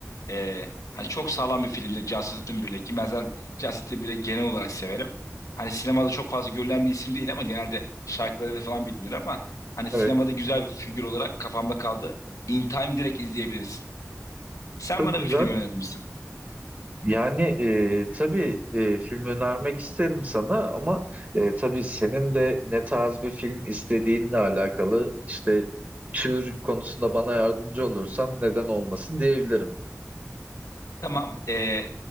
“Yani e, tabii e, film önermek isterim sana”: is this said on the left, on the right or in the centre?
Right